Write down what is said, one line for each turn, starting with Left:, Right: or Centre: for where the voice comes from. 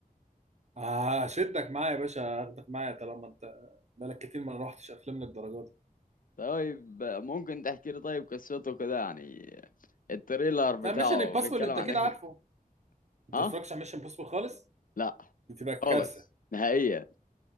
Right: هشدك معايا يا باشا هاخدك معايا طالما انت بقالك كتير ما روحتش افلام للدرجه دي
Left: طيب ممكن تحكي لي طيب قصته كده يعني التريلر بتاعه
Right: لا ميشن امبوسيبل
Left: بيتكلم
Right: انت
Left: عن
Right: كده
Left: ايه
Right: عارفه
Left: <laughs>
Right: انت
Left: اه
Right: ما بتتفرجش على ميشن امبوسيبل خالص
Left: لا
Right: بتبقى كارثه
Left: خالص نهائيا